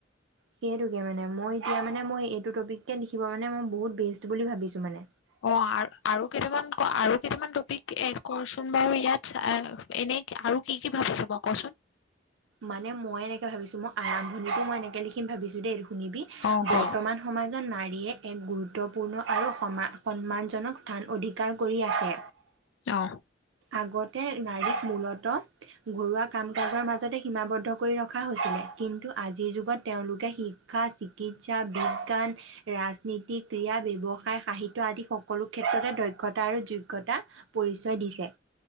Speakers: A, on the right; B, on the left.
A: সেইটোকে মানে, মই, এতিয়া মানে মই এইটো টপিক কে লিখিব মানে মই বহুত বেষ্ট বুলি ভাবিছো মানে।
B: অ ', আৰু কেইটামান আৰু কেইটামান টপিক এড কৰ চোন বাৰু ইয়াত এনে আৰু কি কি ভাবিছ বাৰু কচোন?
A: মানে মই এনেকে ভাবিছো, মোৰ আৰম্ভণিটো মই এনেকে লিখিম ভাবিছো দেই, শুনিবি
B: অ
A: বৰ্তমান
B: ক
A: সমাজত নাৰী, - দিয়ে এক গুৰুত্বপূৰ্ণ আৰু সন্মানজনক স্থান অধিক, কাম কৰি আছে,
B: অ
A: আগতে নাৰীক মূলত ঘৰুৱা- কাম কাজৰ মাজতে সীমাবদ্ধ কৰি ৰখা হৈছিলে। কিন্তু আজিৰ- যুগত তেওঁলোকে, শিক্ষা, চিকিৎসা, বিজ্ঞান, ৰাজনীতি, ক্ৰীড়া, ব্যৱসায়, সাহিত্য আদি সকলো ক্ষেত্ৰতে দক্ষতা আৰু যোগ্যতা পৰিচয় দিছে।